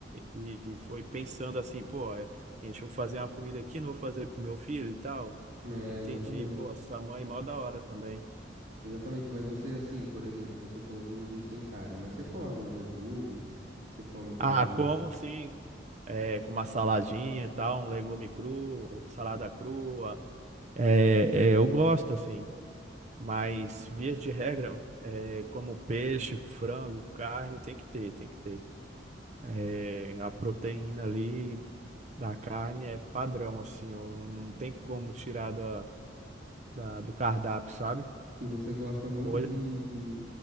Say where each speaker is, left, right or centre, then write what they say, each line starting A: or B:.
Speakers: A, on the right (about 40°); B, on the right (about 65°).
A: e- e foi pensando assim, pô, é, gente, vou fazer uma comida aqui, não vou fazer pro meu filho e tal.
B: É,
A: Entendi,
B: exatamente.
A: pô, sua mãe mó da hora também.
B: Exatamente, mas você, assim, por exemplo, você falou que não vive sem carne, mas você come uns legumes, você come também.
A: Ah, como sim? É, com uma saladinha e tal, um legume cru, salada crua. É, é, eu gosto, assim, mas via de regra, é, como peixe, frango, carne, tem que ter, tem que ter. É, a proteína ali da carne é padrão, assim, eu não tem como tirar da, da- do cardápio, sabe?
B: E você gosta muito
A: Hoje,
B: de, de,